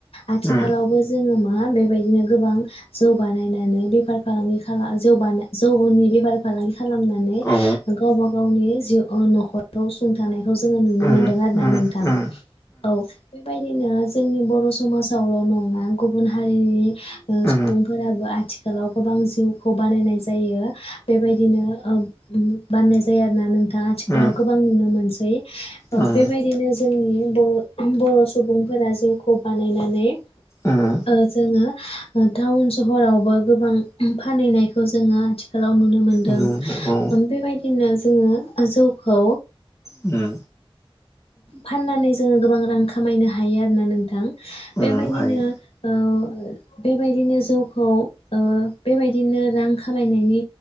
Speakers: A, on the left; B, on the left.
A: आथिखालावबो
B: उम
A: जोङो मा बेबायदिनो गोबां जौ बानायनानै बेफार फालांगि खाला जौबानाय जौ नि बेफ फार फालांगि खालामनानै
B: औ
A: गावबा गावनि जिउ ओ न'खराव सुंथानाय जोङो नुनो
B: उम
A: मोनदों आरोना
B: उम
A: नोंथां
B: उम
A: औ बेबायदि बिदिनो जोंनि बर' समाजावल' नङा गुबुन हारिनि ओ
B: उम
A: सुबुंफोराबो आथिखाल आथिखालाव गोबां जौखौ बानायनाय जायो बेबायदिनो ओ बाननाय जाया आरोना नोंथां दा आथिखालाव
B: उम उम
A: गोबां नुनो मोनसै थै अ
B: औ
A: बेबायदिनो जोंनि बर' बर' सुबुंफोरा जौखौ बानायनानै ओ
B: उम
A: जोङो टाउन सहरावबो गोबां फानहैनायखौ जोङो आथिखाल नुनो मोन्दों
B: उम औ
A: ओम बेबायदिनो जोङो जौखौ
B: उम।
A: फाननानै जोङो गोबां रां खामायनो हायो आरोना नोंथां। बेबायदिनो
B: उम हायो
A: ओ बेबायदिनो जौखौ ओ बेबायदिनो रां खामायनायनि